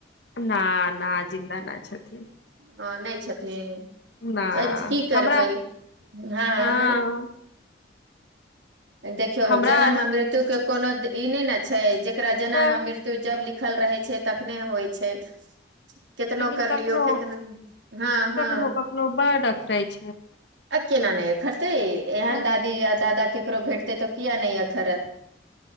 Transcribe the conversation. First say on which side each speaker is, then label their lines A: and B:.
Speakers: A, on the left; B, on the right.
A: ना ना जिन्दा न छथिन
B: हॅं नै छथिन
A: ना
B: एछ की करबै
A: हमरा
B: हाय
A: हँ
B: देखियौ
A: हमरा
B: जनम
A: आर
B: आ मृत्यु के कोनो द ई नय न छै जेकरा जनम
A: तऽ
B: आ मृत्यु जब लिखल रहै छै तखने होइ छै केतनो
A: लेकिन
B: कर लियौ
A: कखनो
B: केतनो हँ हँ
A: कखनो कखनो <unintelligible> छै
B: आ केना नय एखरतै एहन
A: तऽ
B: दादी या दादा केकरो भेट तै त किया नय अखरत